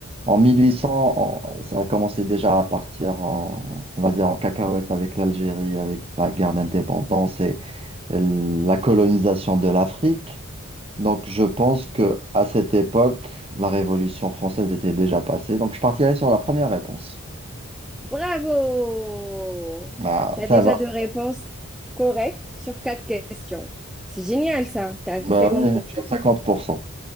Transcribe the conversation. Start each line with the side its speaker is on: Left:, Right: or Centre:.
Right: en 1800, on- ça a commencé déjà à partir en, on va dire en cacahuète avec l'Algérie, avec la guerre d'indépendance et la colonisation de l'Afrique. Donc je pense que à cette époque, la Révolution française était déjà passée. Donc je partirai sur la première réponse.
Centre: Bravo!
Right: Ah,
Centre: Tu as
Right: ça
Centre: déjà
Right: va.
Centre: deux réponses correctes sur quatre questions. C'est génial ça, tu as
Right: Bah,
Centre: cinquante
Right: ouais,
Centre: pour
Right: tu
Centre: cent.
Right: as 50%.